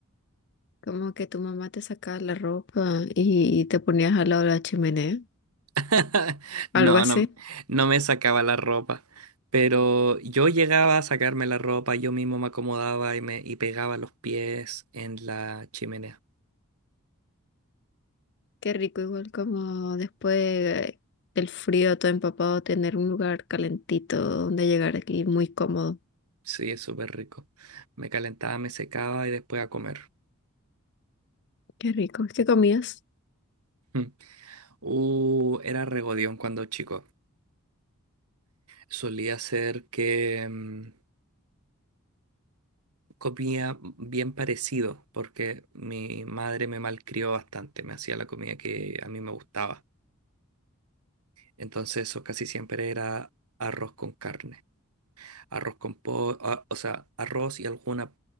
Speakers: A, on the left; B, on the right.
A: Como que tu mamá te sacaba la ropa y te ponías al lado de la chimenea,
B: <laughs> No,
A: algo así.
B: no, no me sacaba la ropa, pero yo llegaba a sacarme la ropa, yo mismo me acomodaba y me y pegaba los pies en la chimenea.
A: Qué rico, igual como después eh, del frío todo empapado, tener un lugar calentito donde llegar aquí muy cómodo.
B: Sí, es súper rico. Me calentaba, me secaba y después a comer.
A: Qué rico. ¿Qué comías?
B: <laughs> Mm. Uh, era regodión cuando chico. Solía ser que... mm, comía bien parecido, porque mi madre me malcrió bastante, me hacía la comida que a mí me gustaba. Entonces eso casi siempre era arroz con carne, arroz con pollo, o sea, arroz y alguna